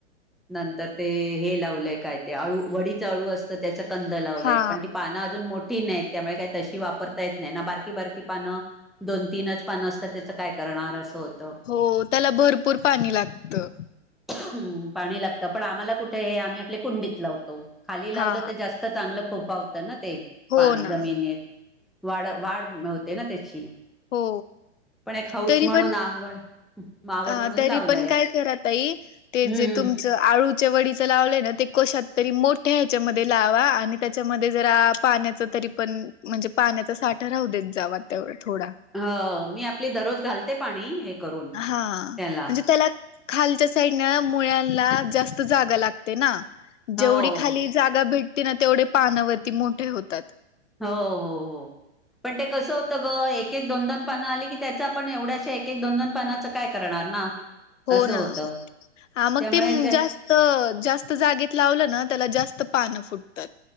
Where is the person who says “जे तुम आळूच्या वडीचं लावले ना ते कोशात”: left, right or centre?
Left